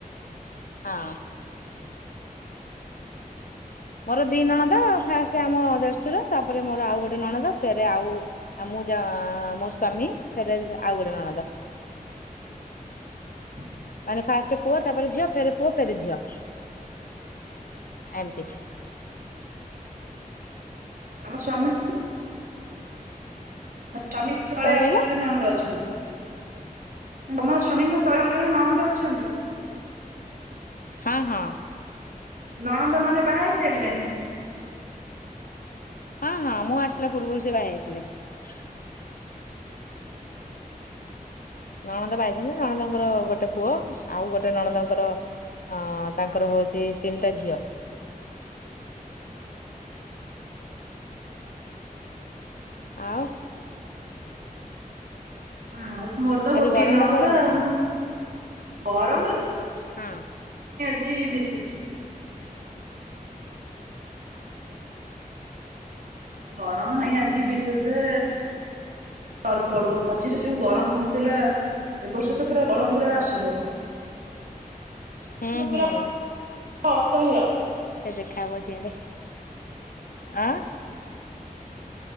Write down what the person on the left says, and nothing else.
ହଁ । ମୋର ଦି ନଣଦା ଫାଷ୍ଟ ଆମ ଦେଢଶୁର ତାପରେ ମୋର ଆଉ ଗୋଟେ ନଣଦ ସେଏବେ ଆଉ ଆ ମୁଁ ଯ ମୋ ସ୍ଵାମୀ ଫେରେ ଆଉ ଗୋଟେ ନଣଦ ।
ମାନେ ଫାଷ୍ଟ ପୁଅ ତାପରେ ଝିଅ ଫେର୍ ପୁଅ ଫେର୍ ଝିଅ ଏମିତି ।
କଣ
କହିଲ?
ହଁ ହଁ
ହଁ ହଁ ମୁଁ ଆସିଲା ପୂର୍ବରୁ ସେ ବାହା ହେଇ ଯାଇଥିଲେ । ନଣନ୍ଦ ପାଇଛନ୍ତି ନଣନ୍ଦଙ୍କର ଗୋଟେ ପୁଅ ଆଉ ଗୋଟେ ନଣନ୍ଦଙ୍କର ଅଁ ତାଙ୍କର ହଉଛି ତିନିଟା ଝିଅ ।
ଆଉ
ଆଜି
ଗରମ
ଟା କୁଆଡେ ହଉଛି?
ହଁ
ହୁଁ ହୁଁ
ସେ
ଦେଖା ହେବ ସିଆଡ଼େ। ଆ